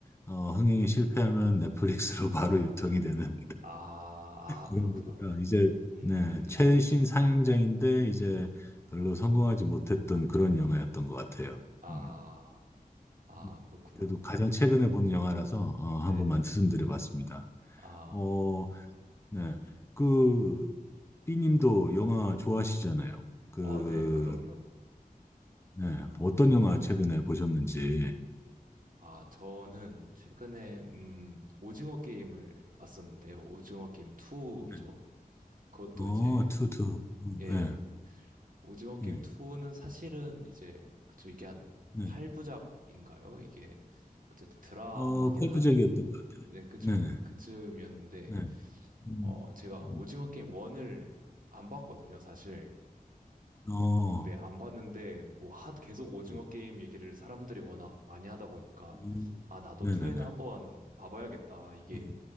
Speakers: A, on the left; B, on the right.
A: 어, 흥행이 실패하면 넷플릭스로 <laughs> 바로 유통이 되는
B: 아, 아,
A: 그리고
B: 그렇구나.
A: 제가 이제
B: 음,
A: 네, 최신 상영장인데 이제 별로 성공하지 못했던 그런 영화였던 것 같아요.
B: 아,
A: 음,
B: 아,
A: 음.
B: 그렇구나.
A: 그래도 가장 최근에 본 영화라서 어,
B: 네.
A: 한 번만 말씀드려봤습니다.
B: 아,
A: 어, 네, 그 B님도 영화 좋아하시잖아요. 그
B: 어, 네, 그럼요.
A: 네, 어떤 영화 최근에 보셨는지.
B: 아, 저는 최근에 음, 오징어 게임을 봤었는데요. 오징어 게임 2죠.
A: 네.
B: 그것도
A: 어,
B: 이제
A: 투투.
B: 예,
A: 네,
B: 오징어 게임
A: 음,
B: 2는 사실은 이제 그쵸 이게 한
A: 네.
B: 8부작인가요? 이게 어쨌든 드라마긴
A: 어, 펄프적이었던
B: 하
A: 것 같아요.
B: 네, 그쵸.
A: 네네.
B: 그쯤이었는데
A: 네. 음.
B: 어 제가
A: 음.
B: 오징어 게임 1을 안 봤거든요, 사실.
A: 어,
B: 네, 안 봤는데 뭐 하, 계속 오징어
A: 음,
B: 게임 얘기를 사람들이 워낙 많이 하다 보니까
A: 음,
B: 아, 나도
A: 네네네.
B: 2에는 한번 봐봐야겠다. 이게
A: 음,